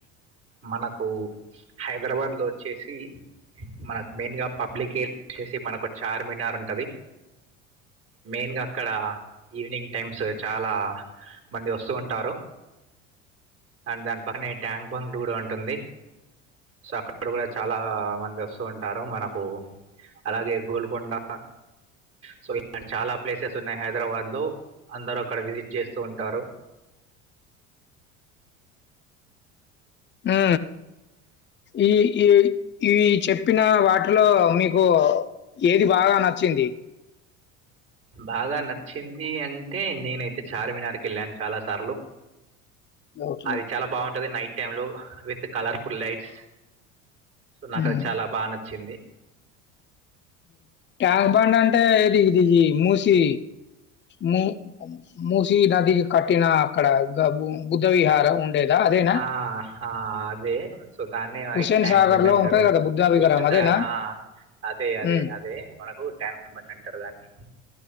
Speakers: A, on the right; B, on the left.
A: మనకు హైదరాబాద్లో వచ్చేసి మనకు మెయిన్గా పబ్లిక్ ఏరియా వచ్చేసి మనకు చార్మినార్ ఉంటది మెయిన్గా అక్కడ ఈవినింగ్ టైమ్స్ చాలా మంది వస్తూ ఉంటారు అండ్ దాని పక్కనే ట్యాంక్ బంగ్డ్ కూడా ఉంటుంది సో అక్కడ కూడా చాలా మంది వస్తూ ఉంటారు మనకు అలాగే గోల్కొండ సో ఇలాంటి చాలా ప్లేసెస్ ఉన్నాయి హైదరాబాద్లో అందరూ అక్కడ విజిట్ చేస్తూ ఉంటారు
B: ఆ ఈ ఈ చెప్ చెప్పిన వాటిలో మీకు ఏది బాగా నచ్చింది
A: బాగా నచ్చింది అంటే నేనైతే చార్మినార్కి వెళ్ళాను చాలా సార్లు
B: ఓకే.
A: అది చాలా బాగుంటది నైట్ టలో విత్ కలర్ఫుల్ లైట్స్ సో నాకు
B: హ్మ్.
A: అది చాలా బాగా నచ్చింది
B: ట్యాంక్ బండ్ అంటే ఏది ఇది మూసి ము మూసి నదికి కట్టిన అక్కడ దగ బుద్ధ విహారం ఉండేదా అదేనా
A: ఆ! ఆ అదే సో దాన్నే హైట్
B: హుస్సేన్
A: ట్యాంక్
B: సాగర్
A: బండ్
B: లో
A: అంటారు
B: ఉంటది కదా బుద్ధ విహారం
A: హుస్సేన్
B: అదేనా
A: సాగర అదే అదే
B: ఉమ్
A: అదే మనకు ట్యాంక్ బండ్ అంటారు దాన్ని